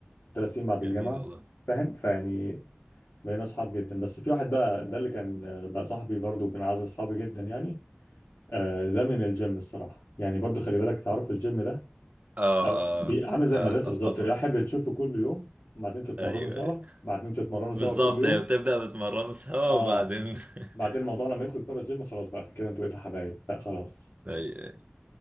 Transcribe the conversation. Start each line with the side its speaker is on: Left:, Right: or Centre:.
Left: ثلاث سنين بعد
Right: جميل
Left: الجامعه
Right: والله
Left: فاهم فيعني بقينا اصحاب جدا بس في واحد بقى ده اللي كان آه، بقى صاحبي برضو من اعز اصحابي جدا يعني آه، ده من الجيم الصراحه يعني برضو خلي بالك تعرف الجيم ده
Right: آه
Left: أو بي-
Right: آه,
Left: عامل زي
Right: آه
Left: المدرسه بالظبط
Right: أتفق
Left: يعني احب تشوفه كل يوم بعدين تتمرنوا
Right: أيوه
Left: سوا
Right: أيوه
Left: بعدين تتمرنوا
Right: بالظبط
Left: سوا كل يوم
Right: هي بتبدأ بتمرنوا سوا
Left: اه
Right: وبعدين <laughs>
Left: بعدين الموضوع لما يخرج بره الجيم خلاص بقى كده انتوا بقيتوا حبايب بقى خلاص
Right: أيوه أيوه